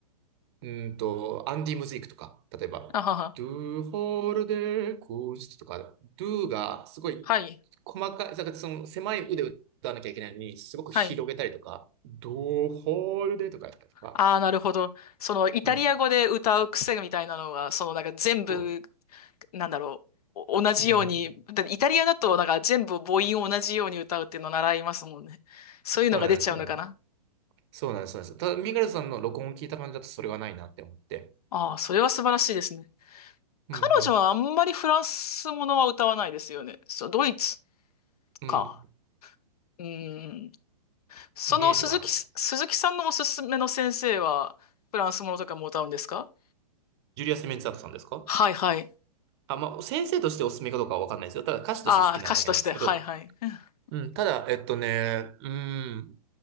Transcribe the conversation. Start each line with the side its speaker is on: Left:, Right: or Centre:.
Right: うんと、アンディ・ムズイクとか、例えば、
Left: あはは。
Right: ドゥホールデーコースとか、ド o がすごい
Left: はい。
Right: 細かい、だからその狭い腕を歌わなきゃいけないのに、すごく広げたりとか、
Left: はい。
Right: ド o ホール a y とかやったりとか、
Left: ああ、なるほど。そのイタリア語で歌う癖みたいなのが、
Right: うん、
Left: そのなんか全部、
Right: そ
Left: なんだろう。お同じように、
Right: う、うん、
Left: だってイタリアだとなんか全部母音を同じように歌うっていうのを習いますもんね。そういうのが出ちゃうのかな。
Right: そうなんです、そうなんです。そうなんです、そうなんです。ただ、ミガルさんの録音を聞いた感じだとそれがないなって思って、
Left: ああ、それは素晴らしいですね。
Right: うん、
Left: 彼女はあんまりフランスものは歌わないですよね。
Right: うん、
Left: そう、ドイツ
Right: うん、
Left: か。うん。その鈴木す、
Right: イメージはないです。
Left: 鈴木さんのおすすめの先生は、フランスものとかも歌うんですか
Right: ジュリアス・メンツァートさんですか
Left: はいはい。
Right: あ、まあ、先生としておすすめかどうかはわかんないですよ。ただ歌手として好きなだけなんですけど、
Left: ああ、歌手として。はいはい。<laughs>
Right: うん、ただ、えっとね、うん、